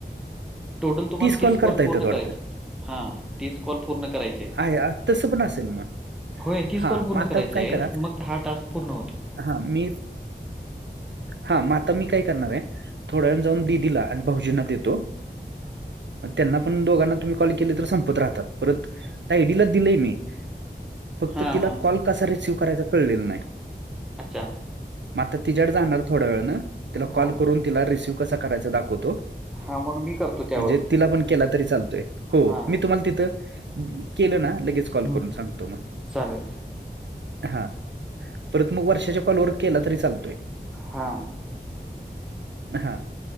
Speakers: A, in the centre; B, on the right.
A: टोटल तुम्हाला
B: तीस कॉल करता येतात
A: पूर्ण
B: वाढतं.
A: करायचे आहेत. हां, कॉल पूर्ण करायचे आहेत.
B: आहे तसं पण असेल मग
A: होय,
B: हा
A: कॉल पूर्ण
B: मग आता
A: करायचे
B: काय
A: आहेत.
B: करा
A: मग हा टास्क पूर्ण होतो.
B: हा मी हा आता मी काय करणार आहे थोड्या वेळानं जाऊन दिदिला आणि भाऊजींना देतो. मग त्यांना पण दोघांना तुम्ही कॉल केले तर संपत राहतात परत आयडीला दिलंय मी फक्त
A: हां,
B: तिला
A: हां.
B: कॉल कसा रिसिव करायचा कळलेला नाही
A: अच्छा
B: मग आता तिच्याकड जाणार थोड्या वेळानं तिला कॉल
A: हां.
B: करून तिला रिसिव कसा करायच दाखवतो.
A: हा मग मी करतो त्यावर
B: म्हणजे तिला पण केला तरी चालतोय, हो
A: हां.
B: मी तुम्हाला तिथ केलं ना लगेच कॉल
A: हं.
B: करून सांगतो मगं
A: चालेल.
B: हा परत मग वर्षाच्या कॉलवर केला तरी चालतोय.
A: हा
B: हा